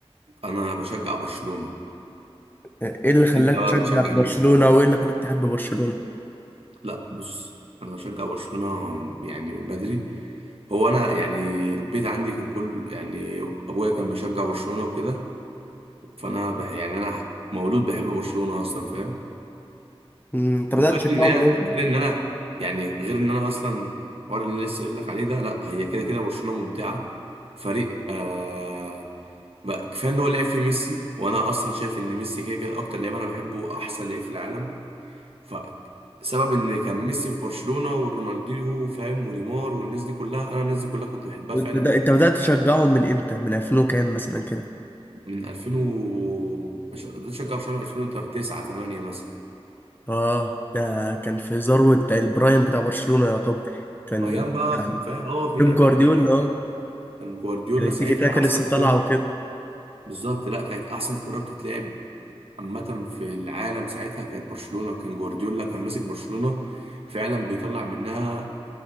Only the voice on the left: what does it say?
ايه اللي خلاك
تشجع
برشلونة
وايه اللي خلاك تحب برشلونة
مم. انت بدأت
تشجعهم
من امتى
انت
بدأت تشجعهم من امتى من 2000 وكام مثلا كده
اه ده كان في ذروة البرايم بتاع برشلونة يعتبر كان
كان
بيب
جوارديولا
اه
كان التيكي
تاكا
لسه
طالعة وكده